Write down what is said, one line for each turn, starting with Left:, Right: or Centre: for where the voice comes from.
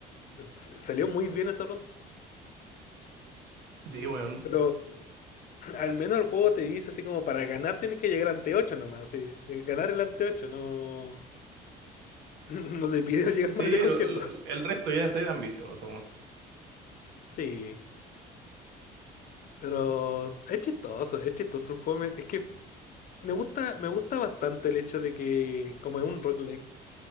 Left: S- Salió muy bien esa ronda.
Right: Sí, weón.
Left: Pero <laughs> al menos el juego te dice así como para ganar tienes que llegar ante 8 nomás, sí. Ganar el ante ocho no. <laughs> No te pide llegar
Right: Sí,
Left: más lejos
Right: lo-
Left: que eso.
Right: lo-
Left: <laughs>
Right: el resto ya es ser ambicioso, weón.
Left: Sí. Pero
Right: Sí,
Left: es chistoso, es chistoso el juego. me- es que me gusta, me gusta bastante el hecho de que, como es un rock like,